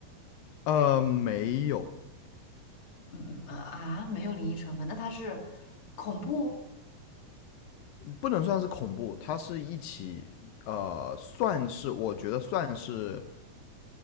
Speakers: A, on the left; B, on the left.
A: 呃，没有，
B: 嗯嗯呃啊，没有灵异成分，那它是恐怖
A: 不能算是恐怖，它是一起呃，算是我觉得算是